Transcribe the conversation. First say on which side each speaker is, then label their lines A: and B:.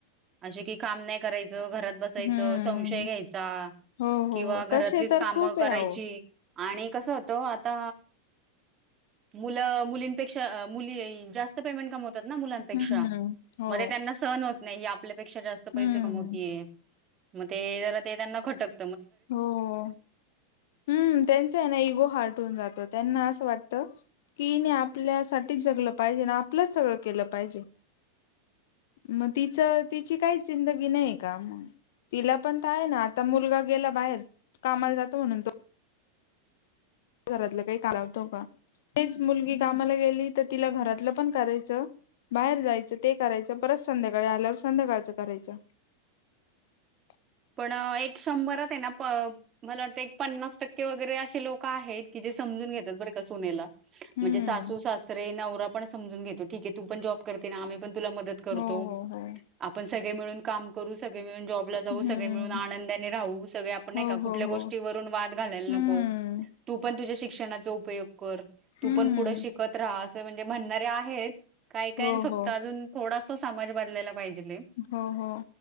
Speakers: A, on the right; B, on the left.
A: असे की काम नाही करायचे घरात बसायचं
B: हम्म
A: संशय घ्यायचा
B: हो
A: किंवा
B: हो हो
A: घरातलीच
B: तसे तर
A: कामं
B: खूप आहे
A: करायची
B: अहो
A: आणि कसं होतं आ आता मुलं मुलीपेक्षा मुली जास्त पेमेंट कमवतात मुलांपेक्षा
B: हम्म हम्म हो
A: मध्ये त्यांना सहन होत नाही आपल्या त्यांच्यापेक्षा जास्त
B: हम्म
A: पैसे कमवतीये मग ते जरा ते त्यांना खटक
B: हो हम्म त्यांच आहे ना इगो हार्ट होन जात त्यांना असं वाटतं कीने आपल्यासाठीच जगलं पाहिजे आणि आपलंच सगळं केलं पाहिजे. मग तिचं तिची काहीच जिंदगी नाही का मग? तिला पण तर आहे ना आता मुलगा गेला बाहेर कामाला जातो म्हणून तो घरातलं काही कालावत का तेच मुलगी- कामाला गेली तर तिला घरातलं पण करायचं बाहेर जायचं ते करायचं परत संध्याकाळी आल्यावर संध्याकाळचं करायचं <unintelligible>
A: पण एक शंभर आहे मला वाटतं पन्नास टक्के वगैरे असे लोक आहेत की जे सम घेतात बरं सुनेला
B: हम्म
A: म्हणजे सासू, सासरे, नवरा पण समून घेतो ठीके तू पण जॉब करते ना आम्ही पण मदत करतो
B: हो हो हो
A: आपण सगळे मिळून काम करू सगळे मिळून जॉबला जाऊन
B: हम्म
A: सगळे मिळून आनंदाने राहू सगळे आपण नाही
B: हो
A: का कुठल्या
B: हो
A: गोष्टीवरून
B: हो
A: वाद घालायला
B: हम्म
A: नको. तू पण तुझ्या शिक शिक्षणा उपयोग कर तू
B: हम्म
A: पण पुढे शिकत राहा असं म्हणजे म्हणणारे आहेत काही काही
B: हो
A: फक्त
B: हो
A: अजून थोडासा समाज बदलायला पाहिजे.
B: हो हो